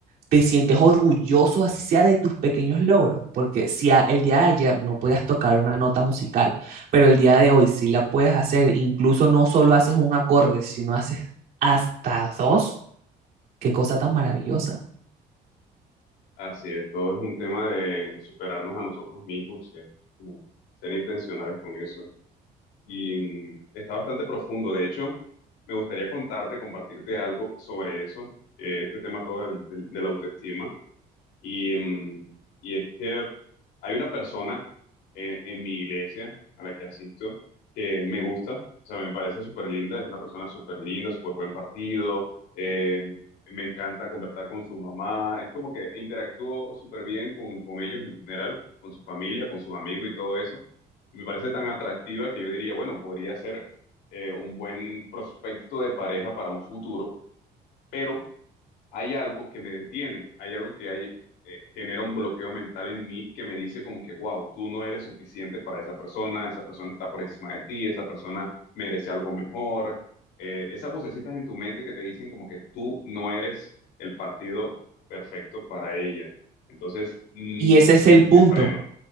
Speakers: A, on the right; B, on the left.
A: te sientes orgulloso, así sea de tus pequeños logros, porque si a- el día de ayer no podías tocar una nota musical, pero el día de hoy sí la puedes hacer, incluso no solo haces un acorde, sino haces hasta dos, qué cosa tan maravillosa.
B: Así es. Todo es un tema de, de superarnos a nosotros mismos, eh, como ser intencionales con eso. Y mm, está bastante profundo. De hecho, me gustaría contarte, compartirte algo sobre eso, eh, este tema todo del- del- de la autoestima. Y, mm, y es que hay una persona en, en mi iglesia a la que asisto que me gusta, o sea, me parece súper linda, es una persona súper linda, súper buen partido, eh, me encanta conversar con su mamá, es como que interactúo súper bien con, con ellos en general, con su familia, con sus amigos y todo eso. Y me parece tan atractiva que yo diría, bueno, podría ser eh, un buen prospecto de pareja para un futuro, pero hay algo que me detiene, hay algo que hay, eh, genera un bloqueo mental en mí que me dice como que, wow, tú no eres suficiente para esa persona, esa persona está por encima de ti, esa persona merece algo mejor. Eh, esas vocecitas en tu mente que te dicen como que tú no eres el partido perfecto para ella. Entonces, mm,
A: Y ese es
B: me
A: el punto,
B: freno,